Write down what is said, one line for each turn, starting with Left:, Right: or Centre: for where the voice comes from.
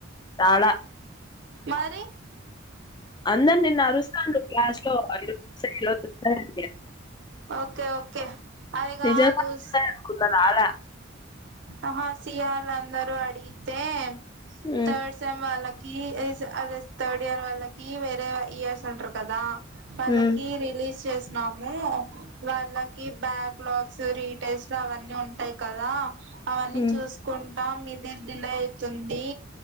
Left: చాలా
Right: మరి
Left: అందర్ నిన్న అరుస్తుండు క్లాసులో అందరూ <unintelligible>
Right: ఓకే ఓక్ ఓకే అదిగాదుస్
Left: నిజంగా వస్తాయి అనుకున్న రాలా
Right: ఆహా సియార్ అందరు అడిగితే
Left: ఉమ్
Right: థర్డ్ సెమ్ వాలకు ఈ ఏజ్ అదే థర్డ్ ఇయర్ వాళ్ళకి వేరే ఇయర్స్ ఉంటరు కదా వాళ్ళకి
Left: ఉమ్
Right: రిలీజ్ చేసినాము వాళ్ళకి బ్యాక్ లాగ్స్ రీ టేస్ట్లు అవన్నీ ఉంటాయి కదా అవన్నీ
Left: ఉమ్
Right: చూసుకుంటాం <unintelligible> తుంది